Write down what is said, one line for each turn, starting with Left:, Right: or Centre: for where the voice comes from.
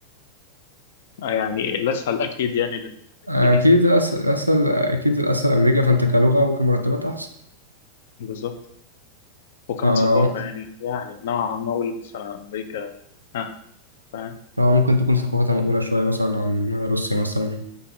Left: آه، يعني الأسهل أكيد يعني للإنجليزي
Right: أكيد الأسهل الأسهل أكيد الأسهل أمريكا فأنت كلغة وكمرتبات أحسن
Left: بالظبط وكمان
Right: ف-
Left: ثقافة يعني يعني نوعا ما أقول مثلا أمريكا ها فاهم
Right: اه ممكن تكون ثقافتها مقبولة شوية مثلا عن روسيا مثلا